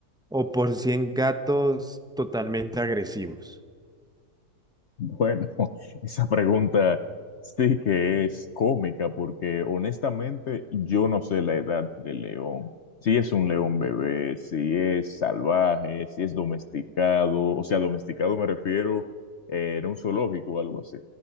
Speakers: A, in the centre; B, on the left.
A: o por 100 gatos totalmente agresivos?
B: Bueno, <laughs> esa pregunta sí que es cómica porque honestamente yo no sé la edad del león. Si es un león bebé, si es salvaje, si es domesticado, o sea, domesticado me refiero eh, en un zoológico o algo así.